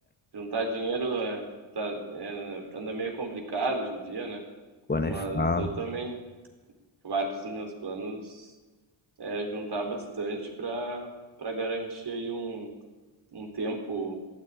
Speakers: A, on the right; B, on the left.
A: juntar dinheiro é, tá, é, anda meio complicado hoje em dia, né?
B: Pô,
A: Mas
B: nem fala.
A: eu também, vários dos meus planos é juntar bastante para para garantir aí um, um tempo